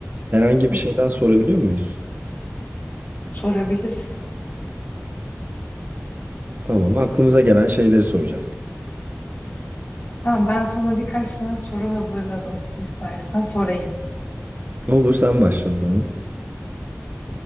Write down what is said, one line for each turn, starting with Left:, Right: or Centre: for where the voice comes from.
Right: herhangi
Left: Hı,
Right: bir şeyden sorabiliyor muyuz?
Left: sorabilirsin.
Right: Tamam. Aklımıza gelen şeyleri soracağız.
Left: Tamam, ben sana birkaç tane soru hazırladım. İstersen sorayım.
Right: Olur. Sen başla o zaman.